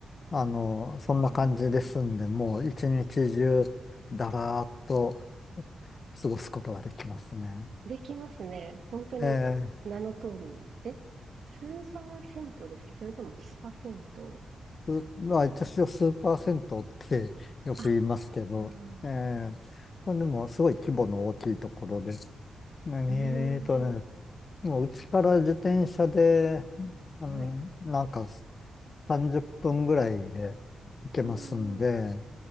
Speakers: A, on the left; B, on the right.
A: あの、
B: ええ、
A: そんな感じですんで、もう一日中、だらーっと過ごすことができますね。
B: できますね。本当に、
A: えー
B: 名の通り。え、スーパー銭湯ですけど、それともスパ銭湯。
A: すまあ、一応数パーセントってよく言いますけど、
B: あ、ああ、う
A: ええまあ、でもすごい規模の大きいところで、何えーとね、
B: ーん、うん
A: もううちから自転車で、
B: はい。
A: あの、なんか30分ぐらいで行けますんで、
B: ああ、